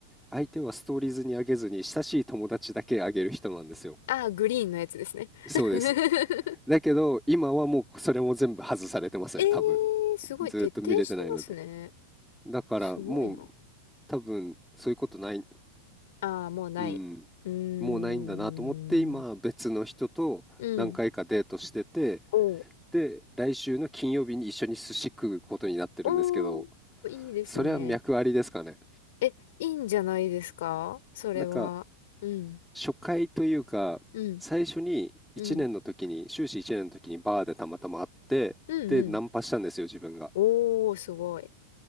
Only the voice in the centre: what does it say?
相手はストーリーズに上げずに、親しい友達だけ上げる人なんですよ。
そうです。
だけど、今はもうそれも全部外されてますね、
多分。
ずーっと見れてないので。だからもう
多分そういうことない、
うん、
もうないんだなと思って、今別の人と何回かデートしてて、
で、来週の金曜日に一緒に寿司食うことになってるんですけど、
それは脈ありですかね。
なんか
初回というか、
最初に1年の時に、
修士1年の時にバーでたまたま会って、
で、ナンパしたんですよ、自分が。